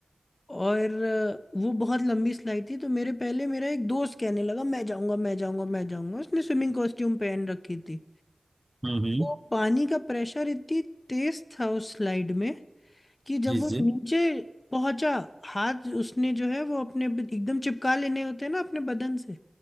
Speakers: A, on the left (about 40°); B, on the right (about 15°).
A: और अ, वो बहुत लंबी स्लाइड थी तो मेरे पहले मेरा एक दोस्त कहने लगा मैं जाऊंगा मैं जाऊंगा मैं जाऊंगा उसने स्विमिंग कॉस्ट्यूम पहन रखी थी
B: हम्म हम्म,
A: तो पानी का प्रेशर इतनी तेज था उस स्लाइड में कि जब
B: जी
A: वो
B: जी
A: नीचे पहुंचा हाथ उसने जो है वो अपने एकदम चिपका लेने होते हैं ना अपने बदन से